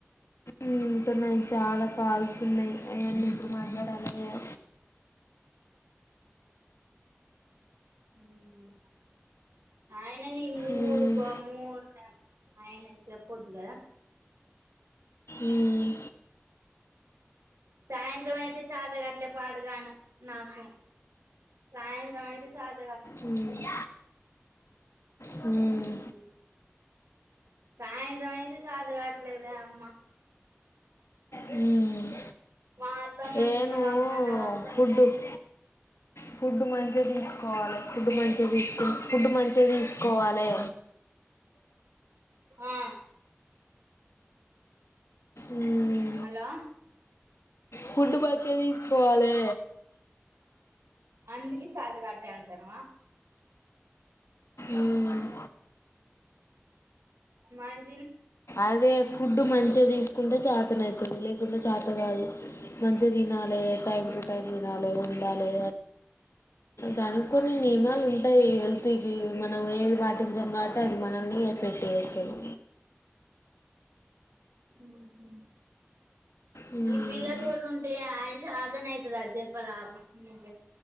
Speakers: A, on the left; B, on the right.
A: ఉమ్ ఇంకా నాయిచాలా కాల్స్ ఉన్నాయి అయన్ని ఇట్ల మాట్లాడాలో ఏమో
B: ఉమ్ ఆయన నీ మూడు
A: ఉమ్,
B: కో మూడు ఆయనకు చెప్పద్దు కదా
A: ఉమ్
B: సాయంత్రం అయితే చతగట్లే పాడుగాను నాకు సాయంత్రం అయితే చత
A: ఉమ్ హుమ్
B: ఉమ్. సాయంత్రం అయితే చాత కావట్లేదే అమ్మ.
A: ఉమ్
B: మా అత్తమ్మ
A: ఏ
B: నిన్న
A: నువ్వు
B: రమ్మనవ్ అసల
A: ఫుడ్ ఫుడ్ మం చిగా తీసుకోవాలి ఫుడ్ మంచిగా తీసుక్ ఫుడ్ మంచిగా తీసుకోవాలె
B: ఆ
A: ఉమ్
B: హలో
A: ఫుడ్ మంచి గా తీసుకో పోవాలె
B: అందుకే చేత కావట్లే అంటానువా.
A: ఉమ్
B: మాన్
A: అదే ఫుడ్ మంచిగా తీసుకుంటే చ తనైతది లేకుంటే చేత గాదు మంచిగా తినాలే టైం టు టైం తినాలె ఉండాలే దానికి కూడా నియమాలు ఉంటాయి హెల్త్ కి మనం ఏది పాటించం కాబట్టి అది మనల్ని ఎఫెక్ట్ చేస్తది.
B: ఉహుమ్
A: మ్మ్.
B: ఈ పిల్ల తోటి ఉంటే అయి చాతనైద చెప్పరాదు నువ్వే